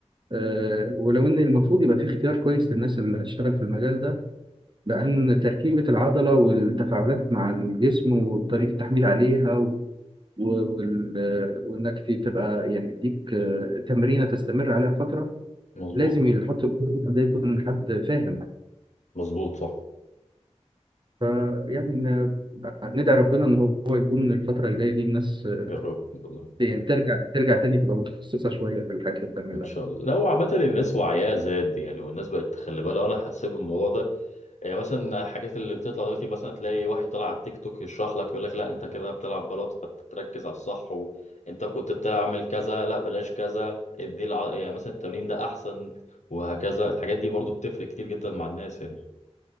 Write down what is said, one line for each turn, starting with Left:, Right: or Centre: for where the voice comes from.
Right: آه، ولو ان المفروض يبقى في اختيار كويس للناس اللي هتشتغل في المجال ده لان تركيبه العضله والتفاعلات مع الجسم وطريقه التحميل عليها و- وال- آه، وانك تبقى يعني يديك آه، تمرينه تستمر عليها فتره
Left: مظبوط
Right: لازم يحط ده يكون حد فاهم
Left: مظبوط صح
Right: فيعني إن- ندعي ربنا ان هو يكون الفتره الجايه دي الناس آه،
Left: يا رب والله
Right: يعني ترجع ترجع تاني تبقى متخصصه شويه في الحاجات اللي بتعملها
Left: ان شاء الله لو عامة الناس وعيها زاد يعني والناس بقت تخلي بالها وانا حسيت بالموضوع ده يعني مثلا الحاجات اللي بتطلع دلوقتي مثلا تلاقي واحد طلع على التيك توك يشرح لك يقول لك لا انت كده بتلعب بلاط فتركز على الصح وانت كنت بتعمل كذا لا بلاش كذا ادي الع... يعني مثلا التمرين ده احسن وهكذا الحاجات دي برضو بتفرق كتير جدا مع الناس يعني